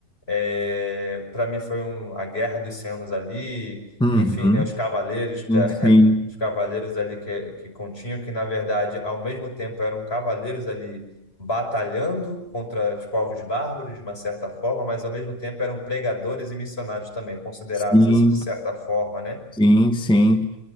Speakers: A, on the left; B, in the centre.
A: É, para mim foi um, a Guerra dos Cem Anos ali,
B: Uhum.
A: enfim, né, os cavaleiros
B: Sim,
A: da- <laughs>
B: sim,
A: os cavaleiros ali que que continham que na verdade, ao mesmo tempo eram cavaleiros ali batalhando contra os povos bárbaros de uma certa forma, mas ao mesmo tempo eram pregadores e missionários também, considerados
B: sim,
A: assim de certa forma, né?
B: sim. sim.